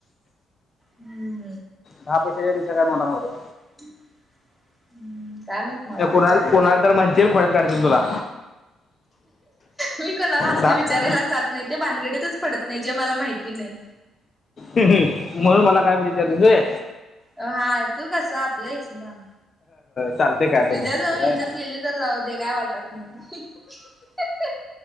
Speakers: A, in the centre; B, on the left.
A: हम्म
B: दहा पैशाच्या वीस च्या काय नोटा नव्हत्या
A: <inaudible> काय माहित मला
B: कोणा
A: विचारलो
B: कोणाला तर म्हणशील खुळ्यात काढतील तुला
A: मी कोणाला असल
B: दहा
A: विचारायलाच जात नाही ते भानगडीतच पडत नाही जे मला माहिती नाही
B: म्हणून मला काय पण इचारतीस व्हय
A: हा तू कस आपलं आहेस ना
B: चालते काय
A: तुझ्या
B: पण
A: जवळ
B: काय
A: इज्जत गेली तर जाऊ दे काय वाटत नाही <inaudible>